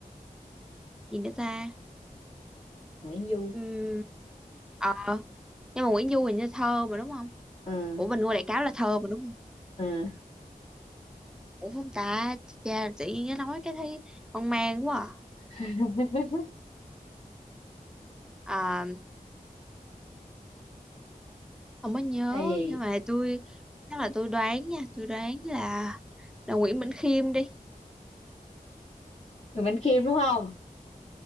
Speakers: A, in the centre; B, on the left (about 45°).
A: gì nữa ta
B: Nguyễn Du
A: Ừm, ờ nhưng mà Nguyễn Du hình như thơ mà đúng không
B: à,
A: ủa bình ngô đại cáo là thơ mà đúng không
B: à.
A: ủa không ta cha tự nhiên nó nói cái thấy hoang mang quá
B: <laughs>
A: à, à không có nhớ
B: Hay
A: nhưng mà
B: gì?
A: tôi chắc là tôi đoán nha tôi đoán là là Nguyễn Bỉnh Khiêm đi
B: Nguyễn Bỉnh Khiêm đúng không?